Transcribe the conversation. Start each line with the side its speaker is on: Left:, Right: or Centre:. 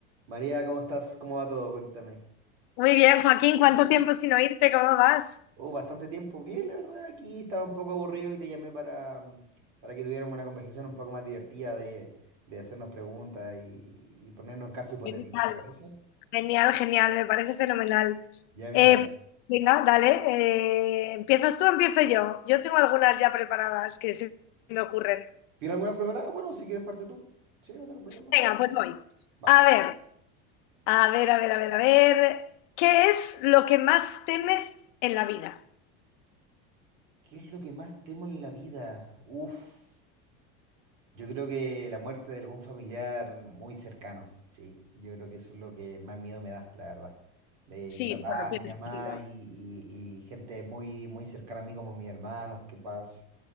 Right: María, ¿cómo estás? ¿Cómo va todo? Cuéntame.
Left: Muy bien, Joaquín, ¿cuánto tiempo sin oírte? ¿Cómo vas?
Right: Oh, bastante tiempo. Bien, la verdad, aquí estaba un poco aburrido y te llamé para, mm, para que tuviéramos una conversación un poco más divertida de, de hacernos preguntas y, y ponernos en casos hipotéticos,
Left: Genial,
Right: ¿te parece?
Left: genial, genial, me parece fenomenal.
Right: Ya mira.
Left: Eh, venga, dale, eh, ¿empiezas tú o empiezo yo? Yo tengo algunas ya preparadas que se me ocurren.
Right: ¿Tienes algunas preparadas? Bueno, si quieres parte tú. Sí, no tengo problema.
Left: Venga, pues voy.
Right: Vale.
Left: A ver, a ver, a ver, a ver, a ver. ¿Qué es lo que más temes en la vida?
Right: ¿Qué es lo que más temo en la vida? Uf. Yo creo que la muerte de algún familiar muy cercano, sí. Yo creo que eso es lo que más miedo me da, la verdad. De
Left: Sí,
Right: mi papá,
Left: bueno, tiene
Right: mi mamá
Left: sentido.
Right: y, y- y gente muy, muy cercana a mí como mis hermanos, que paz.